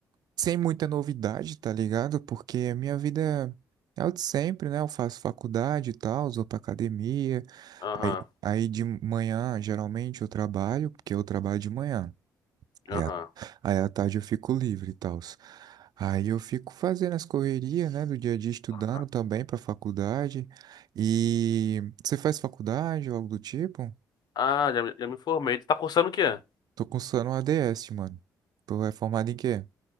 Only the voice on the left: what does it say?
aham,
aham.
aham.
Ah, já, me- já me informei. Tu tá cursando o quê?